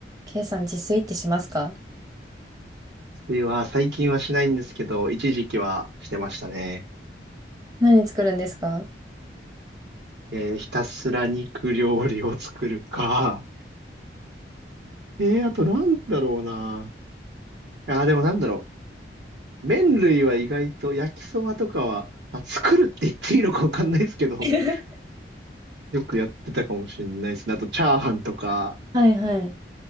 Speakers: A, on the right; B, on the right.
A: ケイさん自炊ってしますか
B: 水は最近はしないんですけど、一時期はしてましたね。
A: 何作るんですか
B: えーひたすら肉料理を作るか。えーあとなんだろうな。あー、でもなんだろう。麺類は意外と焼きそばとかは、まあ、作るって言っていいのかわかんないですけど、
A: <laughs>
B: <laughs> よくやってたかもしれないですね。あとチャーハンとか、
A: はいはい。